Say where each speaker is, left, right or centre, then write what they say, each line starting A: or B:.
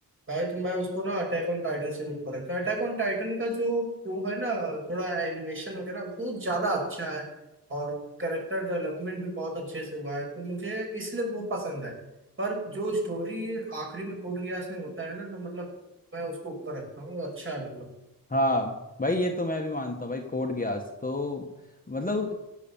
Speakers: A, on the right; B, on the left.
A: भाई तो मैं उसको ना अटैक ऑन टाइटन से भी ऊपर रखता हूँ अटैक ऑन टाइटन का जो वो है ना थोड़ा एनिमेशन वगैरह बहुत ज्यादा अच्छा है और कैरेक्टर डेवलपमेंट भी बहुत अच्छे से हुआ है तो मुझे इसलिए वो पसंद है पर जो स्टोरी आखिरी में कोड गियास में होता है ना तो मतलब मैं उसको ऊपर रखता हूँ अच्छा है मतलब
B: हाँ भाई ये तो मैं भी मानता हूँ भाई कोड गियास तो मतलब